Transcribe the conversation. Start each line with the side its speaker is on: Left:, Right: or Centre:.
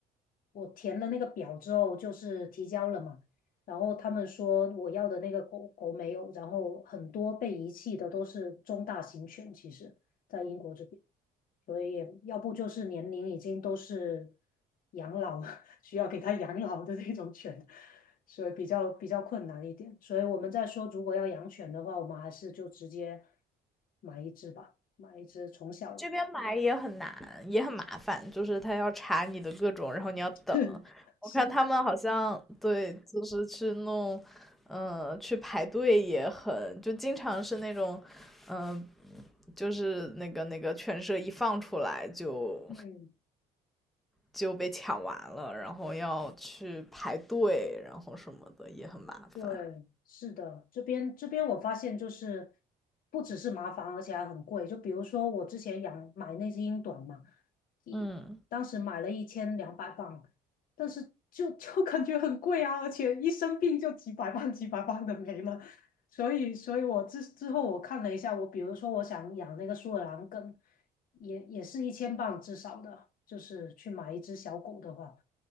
Left: 我填了那个表之后，就是提交了嘛。然后他们说我要的那个狗狗没有，然后很多被遗弃的都是中大型犬，其实。在英国这。边。所以要不就是年龄已经都是养老，<laughs> 需要给他养老的那种犬，所以比较比较困难一点。所以我们在说，如果要养犬的话，我们还是就直接买一只吧，买一只从小
Centre: 这边买也很难，也很麻烦，就是他要查你的各种，然后你要等。
Left: <laughs> 是，
Centre: 我看他们好像对，就是去弄，呃，去排队也很，就经常是那种，嗯、就是那个那个犬舍一放出来就
Left: 嗯。
Centre: 就被抢完了，然后要去排队，然后什么的也很麻烦。
Left: 对，是的，这边这边我发现就是不只是麻烦，而且还很贵。就比如说我之前养买那只英短嘛，一当时买了一千两百磅，
Centre: 嗯。
Left: 但是就就感觉很贵啊，而且一生病就几百磅几百磅的没了。所以，所以我之之后我看了一下，我比如说我想养那个苏格兰跟也也是一千磅至少的，就是去买一只小狗的话，